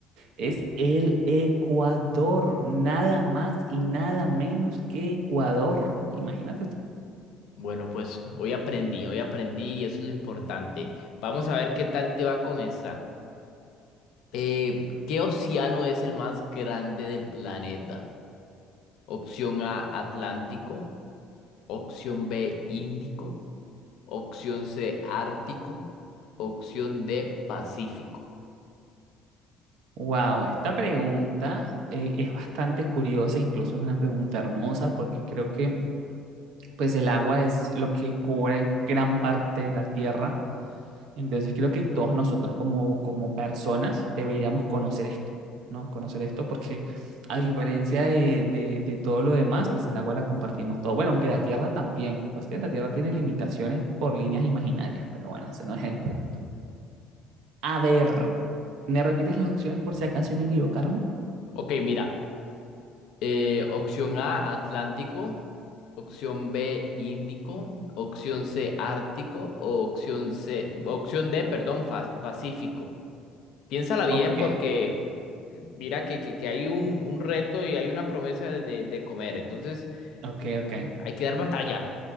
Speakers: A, on the right; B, on the left.
A: es el Ecuador, nada más y nada menos que Ecuador. Imagínate tú.
B: Bueno, pues hoy aprendí, hoy aprendí y eso es lo importante. Vamos a ver qué tal te va con esta. Eh, ¿qué océano es el más grande del planeta? Opción A, Atlántico. Opción B, Índico. Opción C, Ártico. Opción D, Pacífico.
A: Wow, esta pregunta eh, es bastante curiosa, incluso es una pregunta hermosa porque creo que pues el agua es lo que cubre gran parte de la Tierra Entonces creo que todos nosotros como, como personas deberíamos conocer esto, ¿no? Conocer esto porque a diferencia de, de- de todo lo demás, pues el agua la compartimos todo. Bueno, aunque la tierra también, lo que pasa es que la tierra tiene limitaciones por líneas imaginarias, pero bueno, ese no es el punto. A ver, ¿me repites las opciones por si acaso y no equivocarme?
B: Ok, mira. Eh, opción A, Atlántico. Opción B, Índico. Opción C, Ártico. O opción C, opción D, perdón, fa- Pacífico. Piénsala bien
A: Ok,
B: porque eh, mira que, que, que hay un, un reto y hay una promesa de, de de comer. Entonces
A: ok, ok.
B: hay que dar batalla.